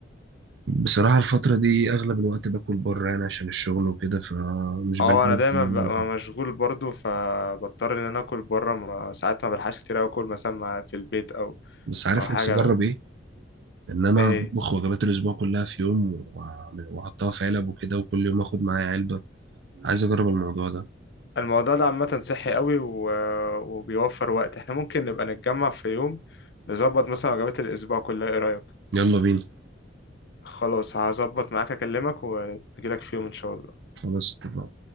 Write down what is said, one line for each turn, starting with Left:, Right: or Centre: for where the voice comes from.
Right: بصراحة الفترة دي أغلب الوقت باكل بره يعني عشان الشغل وكده فمش
Left: اه
Right: بلاقي
Left: انا
Right: وقت
Left: دايما
Right: إن
Left: ببقى
Right: أنا ألحق
Left: مشغول برضو فبضطر ان انا اكل بره ما ساعات ما بلحقش كتير أوي اكل مثلا مع- في البيت او
Right: بس عارف
Left: او حاجه
Right: نفسي أجرب إيه؟ إن أنا
Left: ايه
Right: أطبخ
Left: هي
Right: وجبات الأسبوع كلها في يوم وأعمل- وأحطها في علب وكده وكل يوم آخد معايا علبة عايز أجرب الموضوع ده
Left: الموضوع ده عامة صحي قوي و... وبيوفر وقت احنا ممكن نبقى نتجمع في يوم نظبط مثلا وجبات الأسبوع كلها ايه رأيك؟
Right: يلا بينا
Left: خلاص هظبط معاك أكلمك ونجيلك في يوم إن شاء الله
Right: خلاص اتفقنا